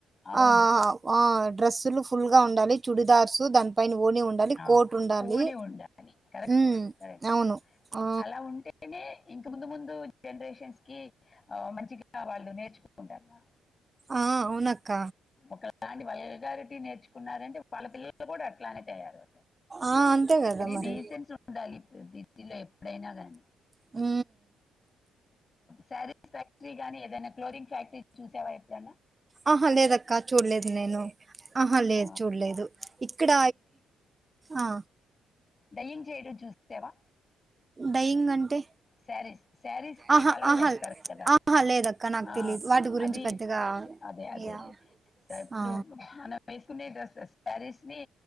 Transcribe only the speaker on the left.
అవును
ఆ,
పోని ఉండాలి కరెక్ట్
కరెక్ట్
అలా ఉంటేనే ఇంక ముందు ముందు జనరేషన్స్ కి ఆ మంచిగా వాళ్ళు నేర్చుకుంటార
ఒక ఇలాంటి వల్గారిటీ నేర్చుకున్నారంటే వాళ్ళ పిల్లలు కూడా అట్లానే తయ్యారు
కానీ
డీసెన్స్ ఉండాలి డ్రెస్ లో ఎప్పుడైనా కానీ
శారీస్ ఫ్యాక్టరీ గాని ఏదైనా క్లోరింగ్ ఫ్యాక్టరీ చూసావా ఎప్పుడన్నా
ఆ,
డైన్ చేయడం చూసవా
సారీస్ శారీస్ కి
కలర్
వేస్తారు కదా
ఆ
అవి
అదే అదేలి
ఇప్పుడు
మనం వేసుకునే డ్రసెస్ శారీస్ ని